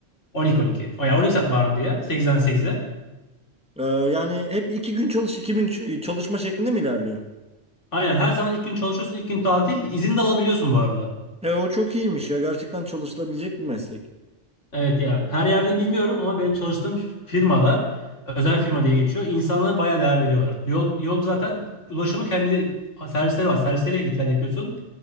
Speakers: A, on the left; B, in the centre.
A: On iki on iki. O yani on iki saat vardiya. sekizden sekize.
B: Ee, yani hep iki gün çalış iki gün ç- çalışma şeklinde mi ilerliyor?
A: Aynen her zaman ilk gün çalışıyorsun, ilk gün tatil. İzin de alabiliyorsun bu arada.
B: E, o çok iyiymiş ya. Gerçekten çalışılabilecek bir meslek.
A: Evet ya her yerden bilmiyorum ama benim çalıştığım firmada özel firma diye geçiyor. İnsanlara bayağı değer veriyorlar. Yol, yol zaten ulaşımı kendi servisleri var. Servisleriyle git gel yapıyorsun